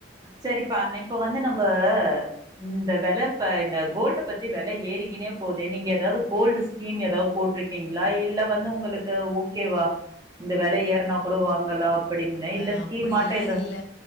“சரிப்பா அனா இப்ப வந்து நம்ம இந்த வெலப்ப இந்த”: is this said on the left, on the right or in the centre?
Right